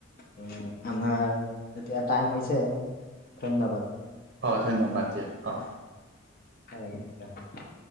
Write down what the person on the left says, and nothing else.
উম, আমাৰ এতিয়া টাইম হৈছে ধন্যবাদ।
অ', ৰাখোঁ।